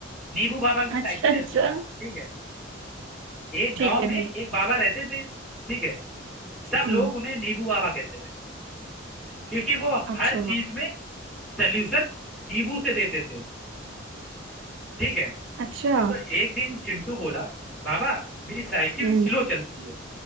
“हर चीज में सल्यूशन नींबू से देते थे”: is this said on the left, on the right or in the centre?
Centre